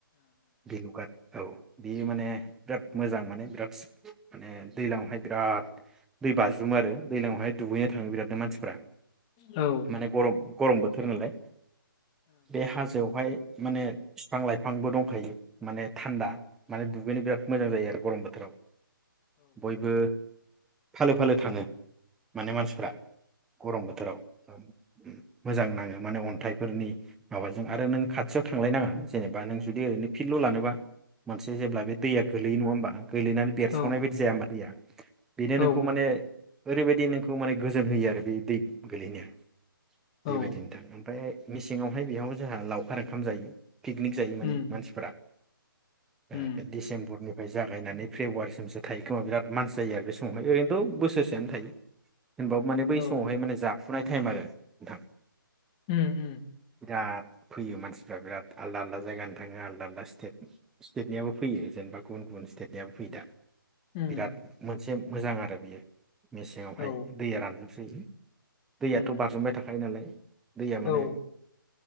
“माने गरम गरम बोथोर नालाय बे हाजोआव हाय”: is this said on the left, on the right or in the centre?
Centre